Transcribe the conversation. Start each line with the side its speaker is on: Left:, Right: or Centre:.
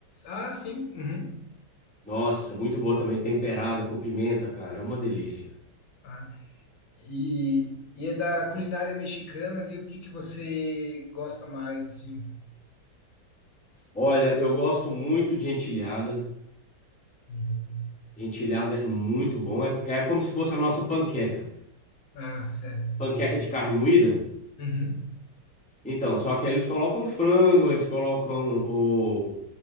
Left: Ah, sim. uhum.
Centre: Nossa, muito boa também, temperada com pimenta, cara, é uma delícia.
Left: Ah, e, e é da culinária mexicana ali, o que que você gosta mais, assim?
Centre: Olha, eu gosto muito de entilhada.
Left: Uhum.
Centre: Entilhada é muito bom, é, é como se fosse a nossa panqueca.
Left: Ah, certo.
Centre: Panqueca de carne moída?
Left: Uhum.
Centre: Então, só que aí eles colocam frango, eles colocam o,